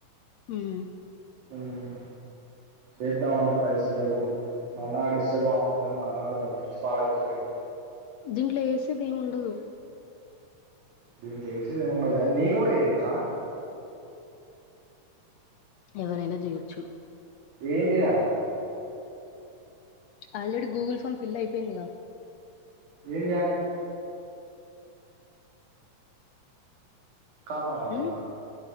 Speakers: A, on the left; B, on the right.
A: ఉమ్
B: ఉమ్ వేద్దామంటే పైసలు లేవు మా అన్న గాడు ఇస్తే బాగుంది కానీ మనడు దగనించి పాడ అతేలే ఎడు
A: దీంట్లో వేసేది ఏమి ఉండదు
B: దేంట్లో యేసేది ఏమి ఉండదు కా నేను కూడా చేయచ్చా
A: ఎవరైనా చేయొచ్చు
B: ఏం చేయాలి
A: ఆల్రెడీ గూగుల్ ఫామ్ ఫిల్ అయిపోయిందిగా
B: ఏంచేయాలి కాల్ మాట్లాడాలనా
A: ఉమ్